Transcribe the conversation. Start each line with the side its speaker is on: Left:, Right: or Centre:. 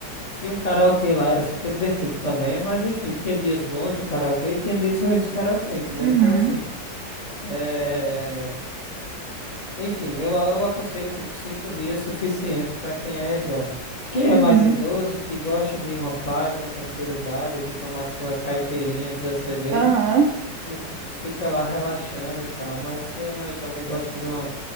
Left: Tinha um karaokê lá, era super divertido também, mas enfim, tinha dias bons do karaokê e tinha dias ruins do karaokê, entendeu?
Right: Uhum.
Left: Então assim, é... enfim, eu, eu aconselho tipo cinco dias suficiente para quem é jovem. Quem
Right: Uhum.
Left: é mais idoso, que gosta de uma paz, uma tranquilidade, de tomar sua caipirinha, sua cerveja,
Right: Aham.
Left: Tipo, fica lá relaxando e tal. Mas quem é mais jovem e gosta de uma,